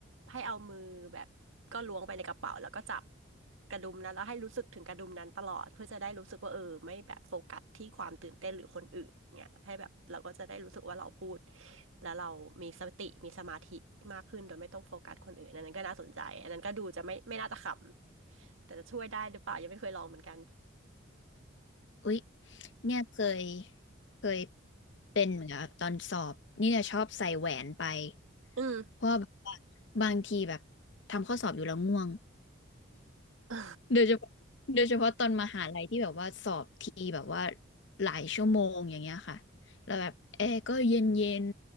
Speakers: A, on the right (about 75°); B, on the left (about 60°).
A: ให้เอามือแบบก็ล้วงไปในกระเป๋าแล้วก็จับกระดุมนั้นแล้วให้รู้สึกถึงกระดุมนั้นตลอดเพื่อจะได้รู้สึกว่าเออไม่แบบโฟกัสที่ความตื่นเต้นหรือคนอื่นเนี่ยให้แบบเราก็จะได้รู้สึกว่าเราพูดแล้วเรามีสติมีสมาธิมากขึ้นโดยไม่ต้องโฟกัสคนอื่นอันนั้นก็น่าสนใจอันนั้นก็ดูจะไม่ไม่น่าจะขำแต่จะช่วยได้หรือเปล่ายังไม่เคยลองเหมือนกัน
B: อุ๊ยเนี่ยเคยเคยเป็นเหมือนกับตอนสอบนี่เนี่ยชอบใส่แหวนไป
A: อืม <laughs>
B: เพราะว่าแบบว่าบางทีแบบทำข้อสอบอยู่แล้วง่วง
A: เออ
B: โดยเฉพาะโดยเฉพาะตอนมหาลัยที่แบบว่าสอบทีแบบว่าหลายชั่วโมงอย่างเงี้ยค่ะแล้วแบบแอร์ก็เย็นเย็น